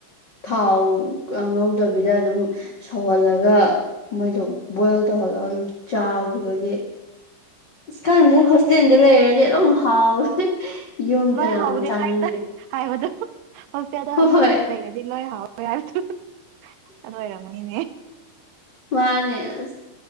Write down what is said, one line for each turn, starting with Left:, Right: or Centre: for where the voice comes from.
Left: ꯊꯥꯎ ꯉ ꯉꯧꯗꯕꯤꯗ ꯑꯗꯨꯝ ꯁꯧꯍꯜꯂꯒ ꯃꯣꯏꯗꯣ ꯕꯣꯏꯜ ꯇꯧꯍꯜꯂꯒ ꯑꯗꯨꯝ ꯆꯥꯈꯤꯕꯒꯤ ꯑ ꯈꯪꯗꯦ ꯍꯣꯁꯇꯦꯜꯗ ꯂꯩꯔꯗꯤ ꯑꯗꯨꯝ ꯍꯥꯎꯋꯦ ꯌꯨꯝꯗꯅ
Right: ꯂꯣꯏ ꯍꯥꯎꯕꯅꯦ
Left: ꯑꯃꯨꯛ ꯆꯥꯅꯤꯡꯗꯦ
Right: ꯍꯥꯏꯕꯗ ꯍꯥꯏꯕꯗꯣ ꯍꯣꯁꯇꯦꯜꯗꯣ
Left: ꯍꯣꯏ
Right: ꯂꯩꯕꯗꯤ ꯂꯣꯏ ꯍꯥꯎ ꯍ ꯑꯗꯨ ꯑꯣꯏꯔꯝꯅꯤꯅꯦ
Left: ꯃꯥꯅꯦ ꯑꯁ